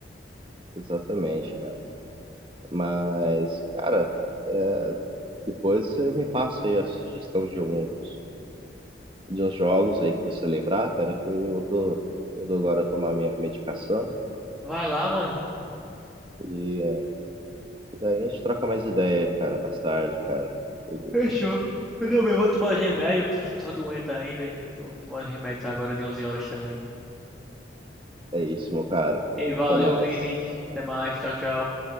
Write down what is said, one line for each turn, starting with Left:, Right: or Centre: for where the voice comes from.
Right: exatamente, cara. Mas, cara, é, depois você me passa aí a sugestão de alguns de uns jogos aí que você lembrar, cara, que eu tô indo agora tomar minha medicação
Centre: Vai lá, mano.
Right: e, é, e daí a gente troca mais ideia, cara, mais tarde, cara. E
Centre: Fechou. Eu também vou tomar os remédios. Tô, tô doente ainda. então Eu vou tomar os remédios agora de 11 horas também.
Right: é isso, meu caro.
Centre: Ei, valeu,
Right: Até mais.
Centre: Vini. Até mais. Tchau, tchau.